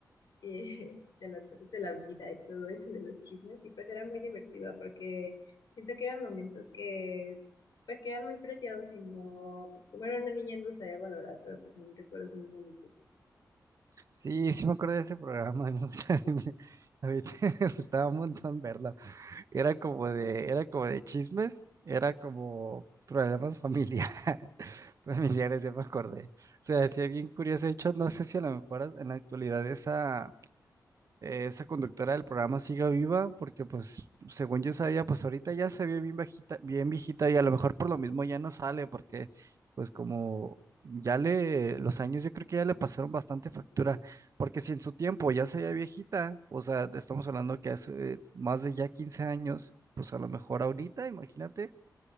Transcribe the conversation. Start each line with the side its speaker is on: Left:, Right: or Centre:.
Left: eh, <laughs> de las cosas de la vida y todo eso, de los chismes, y pues era muy divertido porque siento que eran momentos que, pues que eran muy preciados y no, pues como era una niña no sabía valorar, pero pues son recuerdos muy bonitos.
Right: Sí, sí me acuerdo de ese programa, me gusta- <laughs> a mí <laughs> me gustaba un montón verlo. Era como de, era como de chismes, era como problemas familiares, <laughs> familiares, ya me acordé. O sea, hacía bien curioso. De hecho, no sé si a lo mejor en la actualidad esa eh, esa conductora del programa siga viva, porque pues según yo sabía, pues ahorita ya se ve bien viejita, bien viejita y a lo mejor por lo mismo ya no sale, porque pues como ya le, los años yo creo que ya le pasaron bastante factura, porque si en su tiempo ya se veía viejita, o sea, te estamos hablando que hace eh, más de ya quince años, pues a lo mejor ahorita, imagínate,